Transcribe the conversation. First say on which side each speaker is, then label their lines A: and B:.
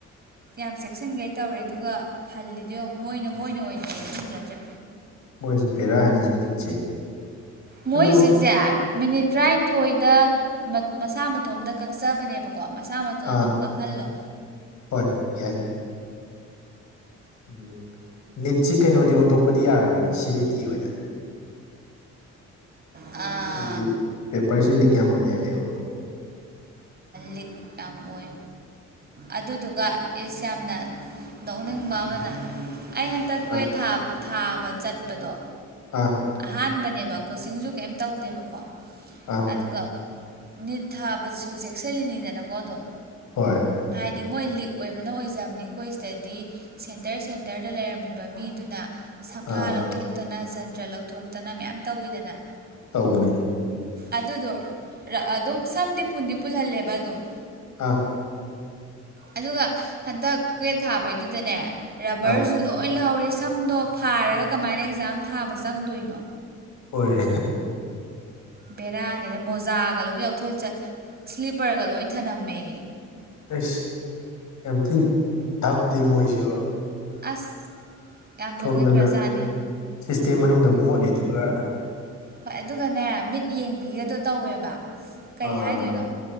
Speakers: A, on the right; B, on the left.
A: ꯌꯥꯝ ꯆꯦꯛꯁꯤꯟꯈꯩ ꯇꯧꯔꯦ ꯑꯗꯨꯒ ꯍꯜꯂꯤꯗꯣ ꯃꯣꯏ ꯃꯣꯏꯅ ꯅ ꯑꯣꯏꯅ ꯆꯦꯛꯁꯤꯟꯖꯗ꯭ꯔꯦ
B: ꯃꯣꯏꯁꯤꯦꯕꯦꯔꯥꯅꯤꯁꯤ ꯅꯤꯠꯁꯦ
A: ꯃꯣꯏꯁꯤꯁꯦ
B: ꯑꯗꯨ
A: ꯃꯤꯅꯤꯠ ꯇꯔꯥꯅꯤꯊꯣꯏꯗ ꯃꯁꯥ ꯃꯇꯣꯝꯗ ꯀꯛꯆꯕꯅꯦꯕꯀꯣ ꯀꯣ ꯃꯁꯥ ꯃꯇꯅ
B: ꯑꯥ
A: ꯑꯗꯨꯝ ꯀꯛꯍꯜꯂꯣ
B: ꯍꯣꯏ ꯌꯥꯏ ꯎꯝ ꯅꯤꯠꯁꯤ ꯀꯩꯅꯣꯗꯤ ꯑꯣꯟꯊꯣꯛꯄꯗꯤ ꯌꯥꯔꯕꯅꯦ ꯁꯤ ꯚꯕꯤ ꯇꯤ ꯑꯣꯏꯅ
A: ꯑꯥ
B: ꯍꯥꯏꯗꯤ ꯄꯦꯄꯔꯁꯦ ꯂꯤꯛ ꯌꯥꯝ ꯑꯣꯏꯅꯔꯦꯕ
A: ꯂꯤꯛ ꯌꯥꯝ ꯑꯣꯏ ꯑꯗꯨꯗꯨꯒ ꯏꯁ ꯌꯥꯝꯅ ꯅꯣꯛꯅꯤꯡ ꯕ ꯑꯃꯅ
B: ꯎꯝ
A: ꯑꯩ ꯍꯟꯇꯛ ꯀꯨꯋꯦ
B: ꯑ
A: ꯊꯥꯕ ꯆꯠꯄꯗꯣ
B: ꯑꯥ
A: ꯑꯍꯥꯟꯕꯅꯦꯕ ꯀꯣ ꯆꯤꯡꯁꯨ ꯀꯩꯝ ꯇꯧꯗꯦꯕꯀꯣ
B: ꯑꯥ
A: ꯑꯗꯨꯒ ꯅꯤꯠ ꯊꯥꯕꯁꯤꯁꯨ ꯆꯦꯛꯁꯤꯜꯂꯤꯅꯤꯗꯅꯀꯣ ꯑꯗꯨꯝ
B: ꯍꯣꯢ
A: ꯍꯥꯏꯗꯤ ꯃꯣꯏ ꯂꯤꯛ ꯑꯣꯏꯕꯅ ꯑꯣꯏꯖꯕꯅꯤ ꯑꯩꯈꯣꯏ ꯁꯤꯗꯗꯤ ꯁꯦꯟꯇꯔ ꯁꯦꯟꯇꯔꯗ ꯂꯩꯔꯝꯃꯤꯕ ꯃꯤꯗꯨꯅ ꯁꯝꯐꯥ
B: ꯑꯥ
A: ꯂꯧꯊꯣꯛꯇꯅ ꯖꯟꯇ꯭ꯔ ꯂꯧꯊꯣꯛꯇꯅ ꯃꯌꯥꯝ ꯇꯧꯋꯤꯗꯅ
B: ꯇꯧꯕꯅꯦ
A: ꯑꯗꯨꯗꯣ ꯑꯗꯨꯝ ꯁꯝꯗꯤ ꯄꯨꯟꯗꯤ ꯄꯨꯜꯍꯜꯂꯦꯕ ꯑꯗꯨꯝ
B: ꯑꯥ
A: ꯑꯗꯨꯒ ꯍꯟꯗꯛ ꯀꯨꯋꯦꯠ ꯊꯥꯕꯩꯗꯨꯗꯅꯦ ꯔꯕꯔꯁꯨ
B: ꯑꯥ
A: ꯂꯣꯏ ꯂꯧꯍꯧꯔꯦ ꯁꯝꯗꯣ ꯐꯥꯔꯒ ꯀꯃꯥꯏꯅ ꯑꯦꯛꯖꯥꯝ ꯊꯥꯕ ꯆꯪꯗꯣꯏꯅꯣ
B: ꯍꯣꯏ
A: ꯕꯦꯔꯥꯅꯦꯗ ꯃꯣꯖꯥꯒ ꯂꯣꯏ ꯂꯧꯊꯣꯛꯏꯁꯠ ꯁ꯭ꯂꯤꯞꯄꯔꯒ ꯂꯣꯏ ꯊꯅꯝꯃꯦ
B: ꯏꯁ ꯌꯥꯝ ꯊꯤꯅ ꯗꯞꯇꯤ ꯃꯣꯏꯖꯨ
A: ꯑꯁ ꯌꯥꯝ ꯅꯣꯛꯅꯤꯡꯒ꯭ꯔꯖꯥꯠꯅꯦ
B: ꯁꯣꯝꯗꯅ ꯁꯤꯁꯇꯦꯝ ꯃꯅꯨꯡꯗ ꯃꯣꯠꯂꯤꯗꯨꯒ
A: ꯍꯣꯏ ꯑꯗꯨꯒꯅꯦ ꯃꯤꯠ ꯌꯦꯡꯕꯤꯒꯗꯣ ꯇꯧꯋꯦꯕ ꯀꯩ
B: ꯑꯥ
A: ꯍꯥꯏꯗꯣꯏꯅꯣ